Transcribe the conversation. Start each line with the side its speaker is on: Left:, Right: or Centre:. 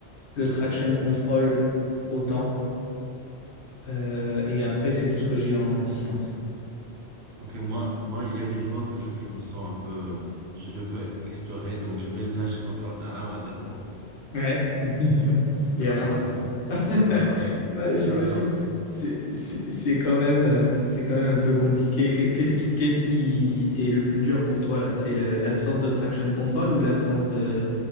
Left: le
Right: Ok.
Left: traction control autant. Euh, et après, c'est tout ce que j'ai en assistance.
Right: Ok, moi, moi, il y a des fois que je, je me sens un peu, euh, je, je veux explorer, donc je mets le Traction Control à un ou à zéro
Left: Ouais. <laughs> Et
Right: Ça marche
Left: alors?
Right: pas trop.
Left: <laughs>
Right: Ça marche pas trop.
Left: Ouais, j'imagine.
Right: Ça marche pas trop.
Left: C'est, c'est c'est quand même, euh, c'est quand même un peu compliqué. Qu'est- Qu'est-ce qui, qu'est-ce qui est le plus dur pour toi là? C'est le- l'absence de traction control ou l'absence de